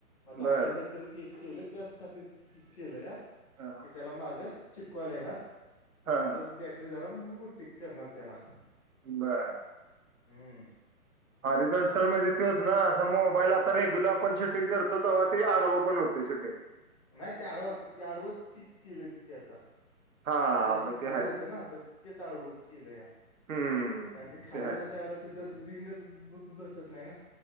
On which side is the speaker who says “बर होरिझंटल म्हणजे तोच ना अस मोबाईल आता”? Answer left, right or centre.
Right